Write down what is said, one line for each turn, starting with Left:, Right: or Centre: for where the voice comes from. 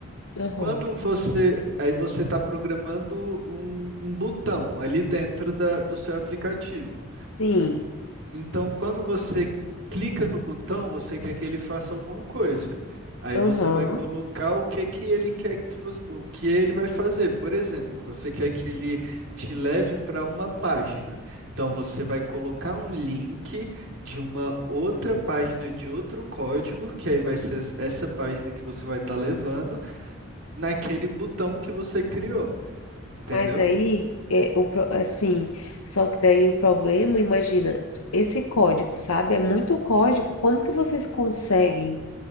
Left: aham.
Right: Quando você, aí você está programando um, um botão ali dentro da- do seu aplicativo.
Left: Sim,
Right: Então, quando você clica no botão, você quer que ele faça alguma coisa. Aí
Left: aham.
Right: você vai colocar o que que ele quer que você, o que ele vai fazer. Por exemplo, você quer que ele te leve para uma página. Então você vai colocar um link de uma outra página de outro código, que aí vai ser es- essa página que você vai estar levando, naquele botão que você criou. Entendeu?
Left: Mas aí é o pro- assim, só que daí o problema, imagina, tu- esse código, sabe? É muito código. Como que vocês conseguem,